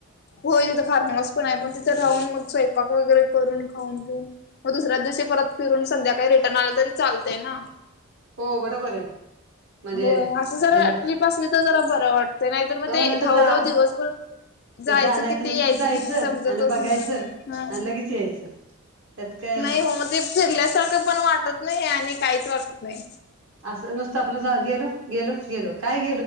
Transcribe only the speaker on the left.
होय तिथं फार्मस पण आहे पण तिथे राहून मग स्वयंपाक वगैरे करून खाऊन पिऊन मग दुसऱ्या दिवशी परत फिरून संध्याकाळी रिटर्न आलं तरी चालतंय ना
होय असं जरा
ट्रीप असली तर जरा बरं वाटत नाहीतर मग
ते
धावधाव
दिवसभर जायचं
किती
यायचं
किती समजतच
नाही. हा
नाही हो मग ते फिरल्यासारखं पण वाटत नाही आणि काहीच वाटत नाही.